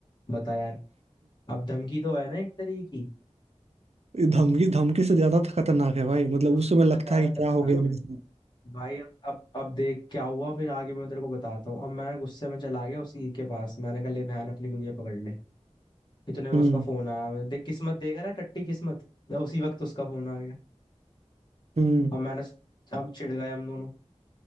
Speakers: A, on the left (about 40°); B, on the right (about 60°).
A: बता यार अब धमकी तो है ना एक तरीके की
B: धमकी धमकी से ज्यादा खतरनाक है भाई मतलब
A: धमकी
B: उस समय लगता
A: से ज्यादा
B: है कि
A: खतरनाक
B: क्या हो गया मेरे
A: है
B: साथ
A: भाई अब अब अब देख क्या हुआ फिर आगे मैं तेरे को बताता हूँ अब मैं गुस्से में चला गया उसी के पास मैंने कहा ले बहन अपनी गुंजिया पकड़ ले इतने में
B: हम्म
A: उसका फोन आया मैं- देख किस्मत देख रहा है टट्टी किस्मत तो उसी वक्त उसका फोन आ गया
B: हम्म
A: अब मैंने अब चिढ़ गए हम दोनों